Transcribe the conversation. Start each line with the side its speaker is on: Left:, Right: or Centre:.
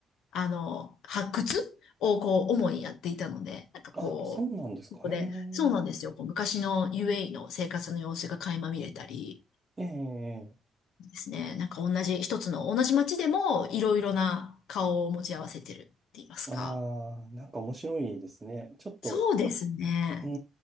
Left: あの発掘をこう主にやっていたので、なんかこう、
Right: あ、そうなんですか。
Left: ここで、
Right: ええ、
Left: そうなんですよ、こう昔の UAE の生活の様子が垣間見れたり
Right: ええ、
Left: ですね、なんか同じ一つの同じ街でもいろいろな顔を持ち合わせてるって言いますか。
Right: ああ、なんか面白いですね。ちょっと、
Left: そうですね。
Right: うー